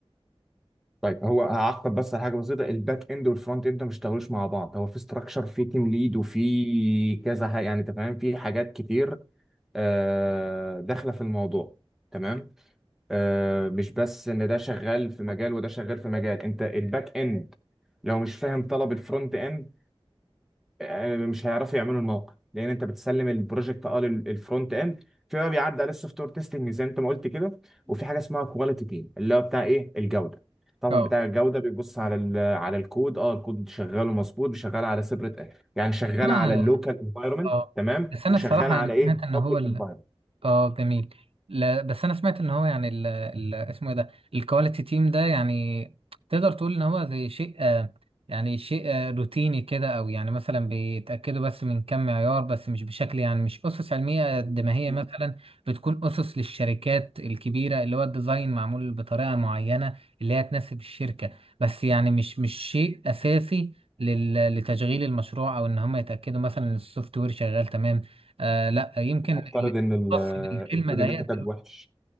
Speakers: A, in the centre; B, on the right (about 70°).
A: طيب هو هعقب بس على حاجه بسيطه الباك اند والفرونت اند ما اشتغلوش مع بعض هو في استراكشر في تيم ليد وفي كذا ح- يعني انت فاهم في حاجات كتير آه، داخله في الموضوع تمام آه، مش بس ان ده شغال في مجال وده شغال في مجال انت الباك اند لو مش فاهم طلب الفرونت اند آه، مش هيعرفوا يعملوا الموقع لان انت بتسلم البروجكت اه لل- الفرونت اند في بقى بيعدي على السوفت وير تيستنج زي ما انت ما قلت كده وفي حاجه اسمها كواليتي تيم اللي هو بتاع ايه الجوده طبعا
B: اه
A: بتاع الجوده بيبص على ال- على الكود اه الكود شغال ومظبوط شغال على سيبريت يعني شغال
B: انا
A: على اللوكال انفايرمنت
B: اه
A: تمام
B: بس انا
A: وشغال
B: الصراحة
A: على
B: يعني
A: ايه
B: سمعت ان
A: بابليك
B: هو ال-
A: انفايرمنت
B: اه جميل لا بس انا سمعت ان هو يعني ال ال اسمه ايه ده الكواليتي تيم ده يعني تقدر تقول ان هو زي شيء آه، يعني شيء آه، روتيني كده او يعني مثلا بيتاكدوا بس من كم معيار بس مش بشكل يعني مش اسس علميه قد ما هي
A: مم.
B: مثلا بتكون اسس للشركات الكبيره اللي هو الديزاين معمول بطريقه معينه اللي هي تناسب الشركه بس يعني مش مش شيء اساسي لل- لتشغيل المشروع او ان هم يتاكدوا مثلا ان السوفت وير شغال تمام آه لا يمكن
A: نفترض ان ال-
B: خاص بالكلمه
A: الكود
B: دهيت
A: اللي انت كاتبه
B: دلوقتي-
A: وحش